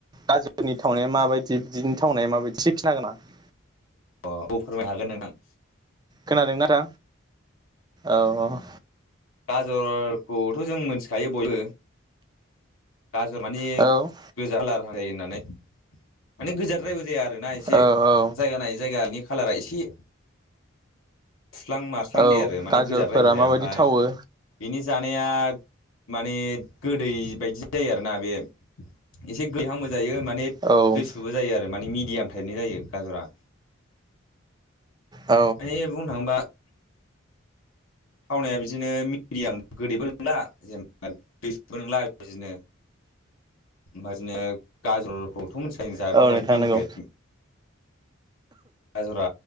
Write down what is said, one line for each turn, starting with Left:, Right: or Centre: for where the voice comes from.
Right: गाजरनि थावनाया माबायदि बिदिनि थावनाया माबायदि एसे खिनथानो हागोन नामा
Left: अ' औ फोरमायनो हागोन नोंथां।
Right: खोनादोंना दा औ
Left: गाजरखौथ' जों मिथिखायो बयबो गाजर माने
Right: औ औ
Left: गोजा खालार जायो होननानै माने गोजाद्रायबो जाया आरो
Right: औ औ
Left: जायगा नायै जायगा बिनि खालारा एसे खुरलां फानदै
Right: औ
Left: आरो माने
Right: गाजरफोरा
Left: गोजाद्रायबो जाया
Right: माबायदि
Left: ओमफ्राय
Right: थावो
Left: बिनि जानाया माने गोदै बायदि जायो आरोना बे एसे गैहांबो जायो माने
Right: औ
Left: दैसुबो जायो आरो माने मिडियाम टाइपनि जायो गाजरा
Right: औ
Left: माने बुंनो थाङोबा थावनाया बिदिनो मिडियाम गोदैबो नंला जेन'बा दैबो नंला बिदिनो बिदिनो गाजरखौथ' मिथिखायो जायाबा
Right: औ
Left: माबायदि
Right: नोंथां
Left: बेनिफिट
Right: नंगौ
Left: गाजरा